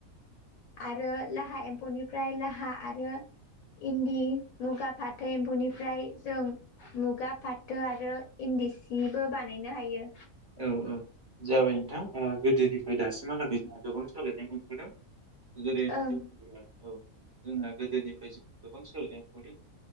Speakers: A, on the left; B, on the right.
A: आरो लाहा एम्फौनिफ्राय लाहा आरो इन्दि मुगा फाथो एम्फौनिफ्राय जों मुगा फाथो आरो इन्दि सिबो बानायनो हायो।
B: औ औ जाबाय नोंथां ओ गोदोनिफ्राय दासिमहालागै जोंहा गोबां सोलायनाय मोनबोदों। <unintelligible>
A: ओं
B: औ जोंहा गोदोनिफ्राय जों गोबां सोलायनानै मोनदों